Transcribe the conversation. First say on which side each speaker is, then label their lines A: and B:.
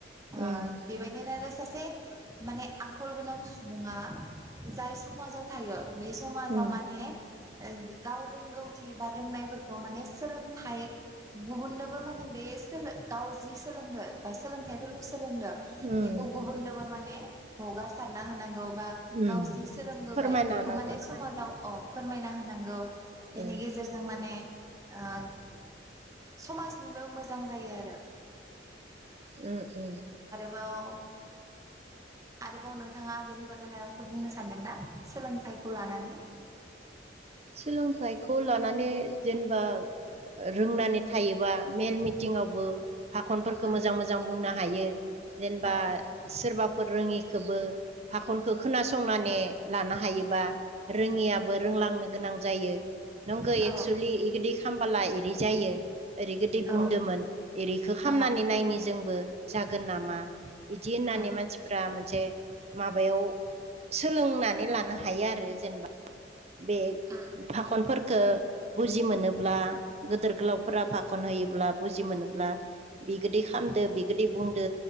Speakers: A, on the right; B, on the right.
A: ओ
B: उम
A: बेबायदिनो-नो सास सि माने आखल गोनां सुबुङा जाय समाजाव थायो बे समाजाव
B: उम
A: माने ओं गाव रोंगौथि बा रोंनायफोरखौ माने सोलों थाय गुबुननोबो माने बे सोलो गाव जि सोलोंदो बा सोलोंथाइफोरखौ सो सोलोंनो
B: उम
A: बेखौ गुबुनबो माने हगारसारना होनांगौ। बा
B: उम
A: गाव जि सोलोंबोबाय
B: फोरमायना
A: बेखौ
B: होनांगो
A: माने समादाव अ फोरमायना होनांगौ। बेनि
B: उम
A: गेजेरजों माने ओ समाजनिबो मोजां जायो आरो
B: उम उम।
A: बाव आरोबाव नोंथाङा बेनि बागै माबाफोर बुंनो सानदोंना सोलोंथाइखौ लानानै
B: <inaudible> सोलोंथाइखौ लानानै जेनेबा रोंनानै थायोबा मेल मि टिंयावबो फाखनफोरखौ
A: उम
B: मोजां मोजां बुंनो हायो। जेनेबा
A: औ
B: सोरबाफोर रोङिखौबो फाखनखौ खोनासंनानै लानो हायोबा रोङियाबो रोंलांनो गोनां जायो नंगौ एक्सुेलि
A: औ
B: बिदि खालामोबोला एर जायो ओरै गोदै बुंदोंमोन।
A: औ
B: ओरैखौ खालामामनानै
A: अ
B: नायनि जोंबो जागोन नामा बिदि होननानै
A: उम
B: मानसिफ्रा मोनसे माबायाव सोलोंनानै लानो हायो आरो जेनेबा बे
A: उम
B: फाखनफोरखौ बुजि मोनोब्ला गिदोर गोलावफोरा फाखन होयोब्ला बुजि मोनोब्ला बे गोदै खालामदो बि गोदै बुंदो